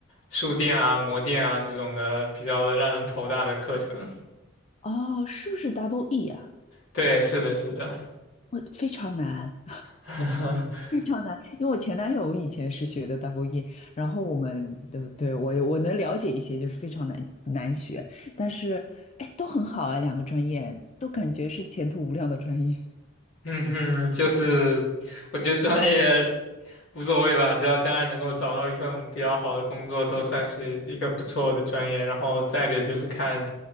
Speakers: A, on the left; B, on the left.
A: 数电啊、模电啊这种的比较让人头大的课程。
B: 哦，是不是 Double E 啊？
A: 对，是的，是的。
B: 我非常难。
A: <laughs>
B: 非常难，因为我前男友以前是学的 double E，然后我们对对我我能了解一些，就是非常难难学，但是哎都很好哎，两个专业都感觉是前途无量的专业
A: 嗯哼，就是我觉得专业无所谓吧，只要将来能够找到一份比较好的工作，都算是一个不错的专业。然后再者就是看